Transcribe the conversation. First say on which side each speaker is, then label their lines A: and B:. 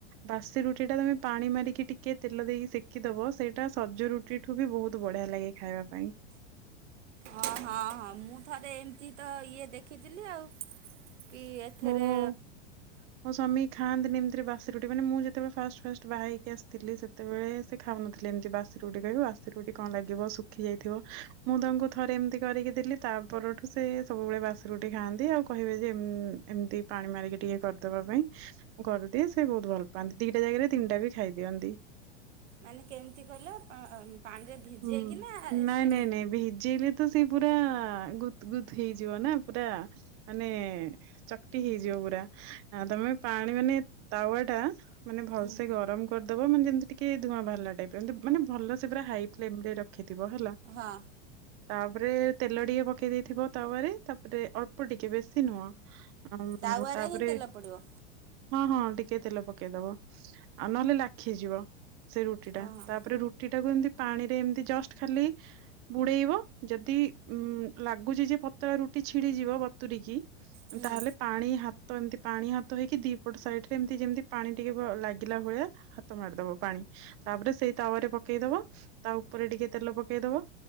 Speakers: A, on the right; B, on the right.
A: ବାସି ରୁଟିଟା ତମେ ପାଣି ମାରିକି ଟିକେ ତେଲ ଦେଇକି ସେକିଦବ ସେଇଟା ସଜ ରୁ ଟିଠୁ ବି ବହୁତ ବଢ଼ିଆ ଲାଗେ ଖାଇବା ପାଇଁ।
B: ହଁ ହଁ ହଁ ମୁଁ ଥରେ ଏମତି ତ ଇଏ ଦେଖିଥିଲି ଆଉ। କି ଏଥେରେ
A: ମୋ ମୋ ସମୀ ଖାଆନ୍ତିନେଇ ଏମିତିରେ ବାସି ରୁଟି ମାନେ ମୁଁ ଯେତବେଳେ ଫାଷ୍ଟ ଫାଷ୍ଟ ବାହା ହେଇକି ଆସିଥିଲି ସେତେବେଳେ ତେ ଖାଉନଥିଲେ ଏମତି ବାସି ରଟି କହିବ ବାସି ରୁଟି କଁ ଲାଗିବ ଶୁଖି ଯାଇଥିବ ମୁଁ ତାଙ୍କୁ ଥରେ ଏମତି କରିକି ଦେଲି। ତା ପରଠୁ ସେ ସବୁବେଳେ ବାସି ରୁଟି ଖାଆନ୍ତି ଆଉ କହିବେ ଯେ ଏମ୍ ଏମତି ପାଣି ମାରିକି ଟିକେ କରିଦବା ପାଇଁ। ମୁଁ କରିଦିଏ ସେ ବହୁତ ଭଲ ପାଆନ୍ତି ଦିଟା ଜାଗାରେ ତିନିଟା ବି ଖାଇ ଦିଅନ୍ତି।
B: ମାନେ କେମତି କିହିଲ ପଅ ପାଣିରେ ଭିଜେଇକିନା
A: ହୁଁ ନାଇଁ
B: ସେ
A: ନାଇଁ ନାଇଁ ଭିଜେଇଲେ ତ ସେଇ ପୁରା ଗୁଦ୍ ଗୁଦ୍ ହେଇଯିବ ନାଁ ପୁରା ମାନେ ଚକଟି ହେଇଯିବ ପୁରା ଆ ତମେ ପାଣି ମାନେ ତାୱାଟା ମାନେ ଭଲସେ
B: ହୁଁ
A: ଗରମ କରିଦବ ମାନେ ଯେମତି ଟିକେ ଧୂଆଁ ବାହାରିଲା ଟାଇପ୍ ର ଏମତି ମାନେ ଭଲସେ ପୁରା ହାଇ ଫ୍ଲେମ୍ ରେ ରଖିଥିବ ହେଲା।
B: ହଁ
A: ତାପରେ ତେଲ ଟିକେ ପକେଇ ଦେଇଥିବ ତାୱାରେ ତାପରେ ଅଳ୍ପ ଟିକେ ବେଶୀ ନୁହଁ। ଅମ୍
B: ତାୱାରେ
A: ତାପରେ
B: ହିଁ ତେଲ ପଡ଼ିବ
A: ହଁ ହଁ ଟିକେ ତେଲ ପକେଇଦବ ଆଉ ନହେଲେ ଲାଖିଯିବ। ସେ ରୁଟିଟା
B: ଓହୋ
A: ତାପରେ ରୁଟିଟାକୁ ଏମତି ପାଣିରେ ଏମତି ଜଷ୍ଟ ଖାଲି ବୁଡ଼େଇବ ଯଦି ଉଁ ଲାଗୁଚି ଯେ ପତଳା ରୁଟି ଛିଡି଼ଯିବ ବତୁରିକି‌
B: ହୁଁ
A: ତାହେଲେ ପାଣି ହାତ ଏମତି ପାଣି ହାତ ହେଇକି ଦିପଟ ସାଇଟ୍ ରେ ଏମତି ଯେମିତି ପାଣି ଟିକେ ବ ଲାଗିଲା ଭଳିଆ ହାତ ମାରିଦବ ପାଣି ତାପରେ ସେଇ ତାୱାରେ ପକେଇ ଦବ ତା ଉପରେ ଟିକେ ତେଲ ପକେଇ ଦବ।